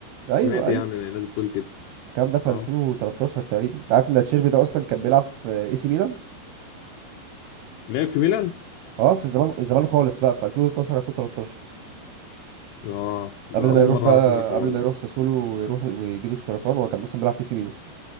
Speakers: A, on the right; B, on the left.
A: ايوه
B: سمعت
A: ايوه
B: يعني إن الناس بتقول كده
A: الكلام ده في
B: اه
A: 2013 تقريبا انت عارف ان تشيربي ده اصلا كان بيلعب في اي سي ميلان
B: لعب في ميلان
A: اه في الزمان الزمان خالص بقى في 2012 2013
B: اه
A: قبل
B: ده اول
A: ما يروح
B: مره
A: بقى
B: اعرف منك والله
A: قبل ما يروح ساسولو ويروح ويجي له السرطان هو كان اصلا بيلعب في اي سي ميلان